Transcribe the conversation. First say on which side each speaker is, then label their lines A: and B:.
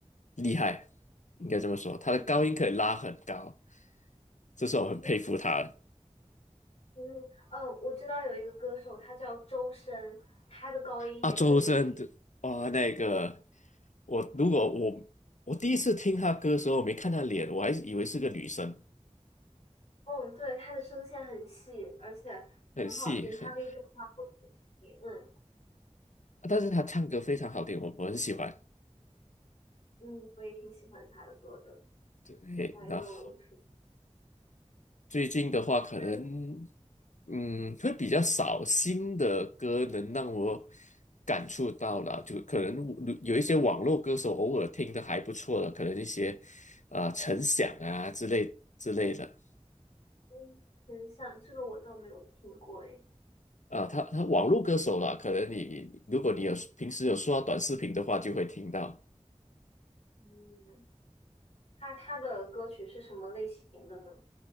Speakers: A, on the left; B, on the left.
A: 厉害，应该这么说，他的高音可以拉很高，
B: 嗯，
A: 这是我很佩服他的。
B: 确实。嗯哦，我知道有一个歌手，他叫周深，他的高音也特别厉害。
A: 啊，周深的啊，那个我如果我我第一次听他歌的时候，我没看他脸，我还以为是个女生，
B: 嗯，对，他的声线很细，而且很好听，
A: 很细很，
B: 他可以转化不同的声音。嗯
A: 但是他唱歌非常好听，我我很喜欢。
B: 嗯，我也挺喜欢他的歌的。
A: 对，
B: 还有。
A: 然后最近的话，可能
B: 那你？
A: 嗯会比较少新的歌能让我感触到了，就可能有一些网络歌手偶尔听的还不错的，可能一些啊陈响啊之类之类的。
B: 嗯，很像，这个我倒没有听过诶。
A: 啊，他他网络歌手啦，可能你如果你有平时有刷短视频的话，就会听到。
B: 嗯，他他的歌曲是什么类型的呢？